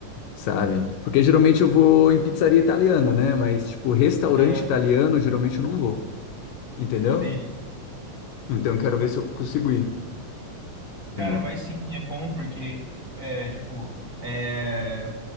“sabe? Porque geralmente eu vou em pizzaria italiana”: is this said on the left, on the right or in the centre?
Left